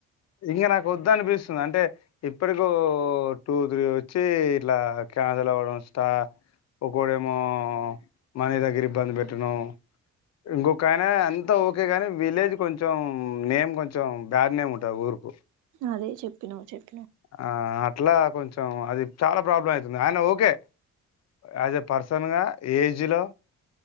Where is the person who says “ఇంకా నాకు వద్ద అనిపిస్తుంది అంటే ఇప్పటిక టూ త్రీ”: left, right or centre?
Left